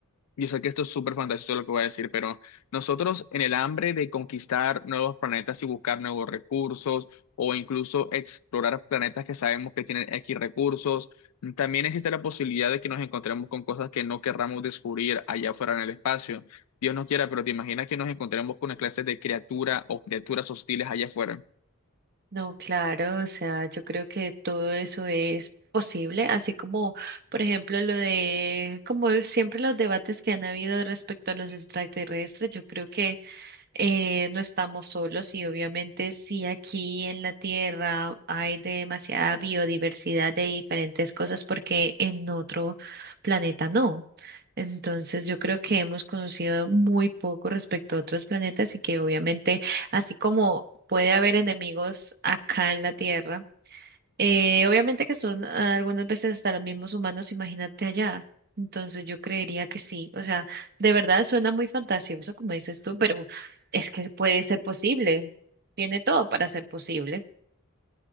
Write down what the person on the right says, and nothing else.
No, claro, o sea, yo creo que todo eso es posible, así como, por ejemplo, lo de, como siempre los debates que han habido respecto a los extraterrestres, yo creo que eh, no estamos solos y obviamente sí aquí en la Tierra hay demasiada biodiversidad de diferentes cosas porque en otro planeta no. Entonces yo creo que hemos conocido muy poco respecto a otros planetas y que obviamente así como puede haber enemigos acá en la Tierra, eh, obviamente que son ah, algunas veces hasta los mismos humanos, imagínate allá. Entonces yo creería que sí. O sea, de verdad suena muy fantasioso, como dices tú, pero es que puede ser posible. Tiene todo para ser posible.